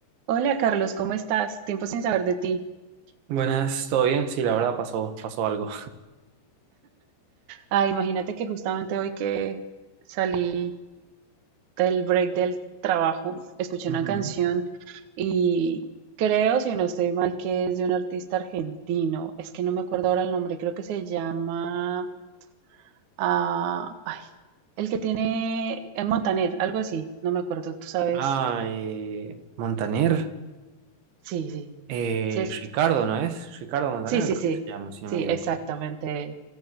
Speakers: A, on the right; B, on the right.
A: Hola Carlos, ¿cómo estás? Tiempo sin saber de ti.
B: Buenas, ¿todo bien? Sí, la verdad pasó, pasó algo.
A: Ah, imagínate que justamente hoy que salí del break del trabajo, escuché
B: Ujú.
A: una canción y creo, si no estoy mal, que es de un artista argentino. Es que no me acuerdo ahora el nombre, creo que se llama... ah, ay, el que tiene... El Montaner, algo así, no me acuerdo, tú sabes.
B: Ah, eh, Montaner,
A: Sí, sí,
B: eh,
A: sí, es-
B: Ricardo, ¿no es? Ricardo Montaner,
A: Sí, sí,
B: creo
A: sí,
B: que se llama, si no
A: sí,
B: me equivoco.
A: exactamente.